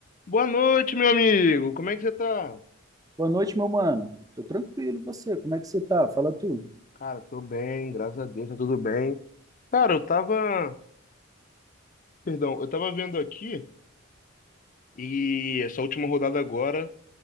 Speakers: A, on the left; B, on the right.
A: Boa noite, meu amigo. Como é que você tá?
B: Boa noite, meu mano. Tô tranquilo, e você? Como é que você tá? Fala tu.
A: Cara, tô bem, graças a Deus, tá tudo bem. Cara, eu tava, perdão, eu tava vendo aqui e essa última rodada agora,